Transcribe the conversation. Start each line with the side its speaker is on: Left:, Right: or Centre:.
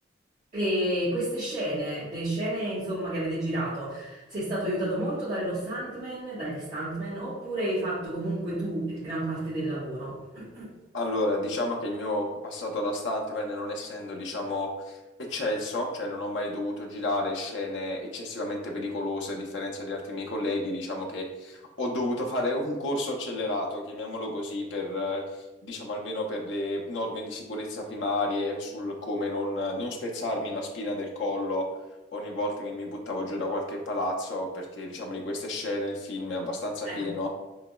Right: E queste scene, le scene insomma che avete girato, sei stato aiutato molto dallo stuntman, dagli stuntman, oppure hai fatto comunque tu gran parte del lavoro? <clears throat>
Left: Allora, diciamo che il mio passato da stuntman, non essendo, diciamo, eccelso, cioè non ho mai dovuto girare scene eccessivamente pericolose, a differenza di altri miei colleghi, diciamo che ho dovuto fare <laughs> un corso accelerato, chiamiamolo così, per, eh, diciamo, almeno per le norme di sicurezza primarie, sul come non, non spezzarmi la spina del collo ogni volta che mi buttavo giù da qualche palazzo, perché, diciamo, di queste scene il film è abbastanza
Right: Eh,
Left: pieno.